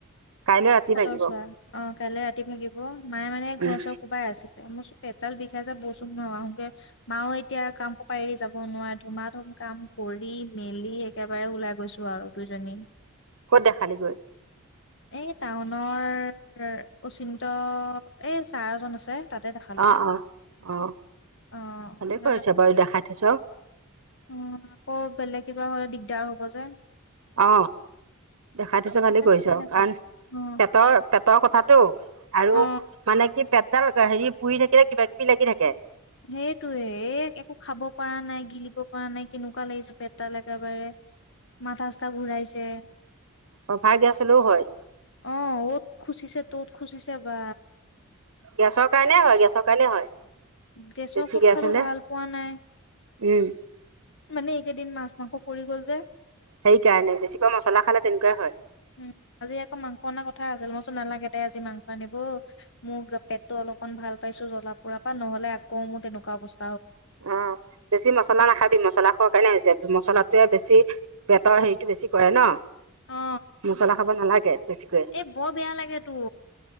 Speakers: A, on the right; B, on the left.
A: কাইলৈ ৰাতি
B: হাতৰ
A: ভাগিব
B: চোৱা অ কাইলে ৰাতি থাকিব মায়ে মানে
A: উম
B: ঘৰ চৰ কোবাই আছিলে মোৰ চকুৰ এটা বিষাই যে বচু ন আহঁগে। মাও এতিয়া কাম ক পাই এৰি যাব নোৱাৰে ধুমা ধুম কাম কৰি মেলি একেবাৰে ওলাই গৈছো আৰু দুজনী।
A: ক'ত দেখালি গৈ?
B: এই টাউনৰ উচিন্ত এই ছাৰজন আছে। তাতে দেখালো
A: অ অ অ
B: আহ
A: ভালেই
B: তাতে
A: কৰিছ
B: দেখা
A: বাৰু দেখাই থৈছ
B: উম আকৌ বেলেগ কিবা হলে দিগদাৰ হব যে।
A: অ দেখাই থছো
B: সেইকাৰণে
A: ভালেই কৰিছো
B: তাতে দেখাইছো
A: কাৰণ
B: অ
A: পেটৰ পেটৰ কথাটো আৰু
B: অ
A: মানে কি পেটডাল হেৰি পুৰি থাকিলে কবা কিবি লাগি থাকে।
B: সেইটোয়ে এ একো খাব পৰা নাই গিলিব কৰা নাই কেনেকুৱা লাগিছে পেটডাল একেবাৰে মাথা চাথা ঘূৰাইছে।
A: অভা গেছ হ'লেও হয়।
B: অ অ'ত খুচিছে ত'ত খুচিছে বা।
A: গেছৰ কাৰণে হয় গেছৰ কাৰণে হয়।
B: গেছৰ
A: বেছি
B: ঔষধ
A: গেছ
B: খালো
A: হলে
B: ভাল পোৱা নাই।
A: উম
B: মানে এইকেইদিন মাছ মাংস কৰি গ'ল যে।
A: সেইকাৰণে বেছিকৈ মছলা খালে তেনেকুৱাই হয়।
B: উম আজি আকৌ মাংস অনা কথা আছিল মই। নালাগে ত আজি মাংস আনিব মোৰ পেটতটো অলপমান ভাল পাইছো জ্বলা পৰা পৰা নহ'লে আকৌ মোৰ তেনেকুৱা অবস্থা
A: অ' বেছি মছলা নাখাবি মছলা খোৱাৰ কাৰণে হৈছে। মছলাটোয়ে বেছি বেতৰ হেৰিতটো বেছি কৰে ন
B: অ
A: মছলা খাব নালাগে। বেছিকৈ
B: এ বৰ বেয়া লাগে তো।